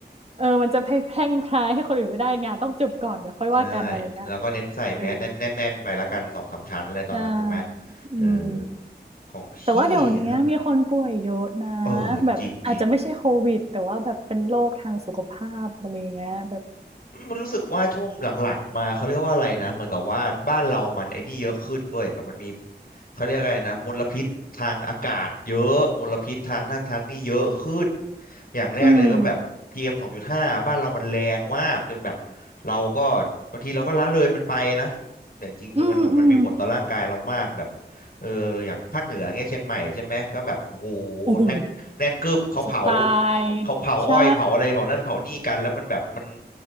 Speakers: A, on the right (about 35°); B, on the left (about 60°).
A: เออมันจะไปแพร่งพรายให้คนอื่นไม่ได้งานต้องจบก่อนเดี๋ยวค่อยว่ากันอะไรเงี้ย
B: ใช่แล้วก็เน้นใส่แมสแน่นแน่นแน่นไปละกันสองสามชั้นอะไรตอนนั้นถูกไหม
A: เออใช่อืม
B: เออของพี่ฮะ
A: แต่ว่าเดี๋ยวนี้มีคนป่วยเยอะนะ
B: เออจริงจริง
A: แบบอาจจะไม่ใช่โควิดแต่ว่าแบบเป็นโรคทางสุขภาพอะไรเงี้ยแบบ
B: มันรู้สึกว่าช่วงหลังๆมาเขาเรียกว่าอะไรนะเหมือนกับว่าบ้านเรามันไอ้นี่เยอะขึ้นเว้ยแบบมันมีเขาเรียกอะไรนะมลพิษทางอากาศเยอะมลพิษทางนั่นทางนี่เยอะขึ้นอย่างแรกเลยก็แบบพีเอ็มสองจุดห้าบ้านเรามันแรงมากจนแบบ
A: อืม
B: เราก็บางทีเราก็ละเลยมันไปนะแต่จริงๆคือมันแบบมันมีผลต่อร่างกายเรามากแบบ
A: อืมอืม
B: เอออย่างภาคเหนือเงี้ยเชียงใหม่ใช่ไหมก็แบบโอ้โห
A: โอ้โห
B: แน่นแน่นกึบเขาเผา
A: จะตาย
B: เขาเผาอ้อยเผาอะไรเผานั่นเผานี่กันแล้วมันแบบมัน
A: ใช่